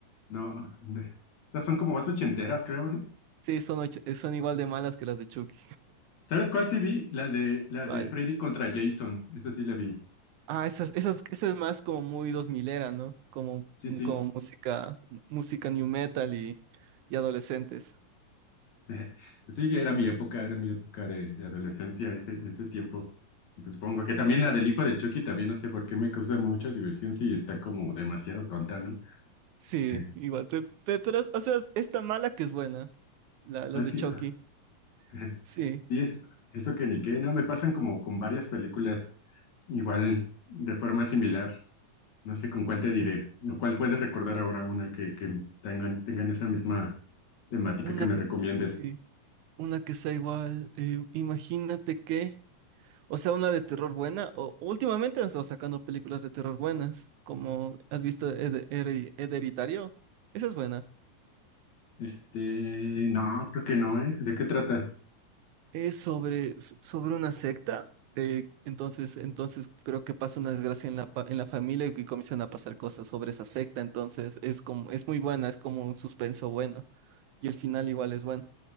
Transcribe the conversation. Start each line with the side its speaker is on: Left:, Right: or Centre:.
Left: no. de- Estas son como más ochenteras, creo, ¿no?
Right: Sí, son, och- eh, son igual de malas que las de Chucky.
Left: ¿Sabes cuál sí vi? La de, la
Right: ¿Cuál?
Left: de Freddy contra Jason, esa sí la vi.
Right: Ah, esas, esas, esa es más como muy dos milera, ¿no? Como,
Left: Sí, sí,
Right: como música, música new metal y, y adolescentes.
Left: <laughs> Pues sí, era mi época, era mi época de, de adolescencia ese, en ese tiempo. Y pues supongo que también la del hijo de Chucky también no sé por qué me causa mucha diversión si está como demasiado tonta, ¿no?
Right: Sí,
Left: <laughs>
Right: igual. pe- pe- Pero, o sea, es tan mala que es buena. La, las
Left: Así,
Right: de Chucky.
Left: ah, <laughs>
Right: Sí.
Left: sí, es eso que ni qué, no, me pasan como con varias películas igual de forma similar. No sé con cuál te diré, o cuál puedes recordar ahora una que, que tengan, tengan esa misma temática
Right: Una,
Left: que me recomiendes.
Right: sí. Una que sea igual. eh, imagínate que. O sea, una de terror buena. O últimamente han estado sacando películas de terror buenas. Como has visto Ed- Eri- Hereditario. Esa es buena.
Left: Este, no, creo que no, ¿eh? ¿De qué trata?
Right: Es sobre, s- sobre una secta. eh, entonces, entonces creo que pasa una desgracia en la, pa- en la familia y, y comienzan a pasar cosas sobre esa secta. Entonces es como, es muy buena, es como un suspenso bueno. Y el final igual es bueno.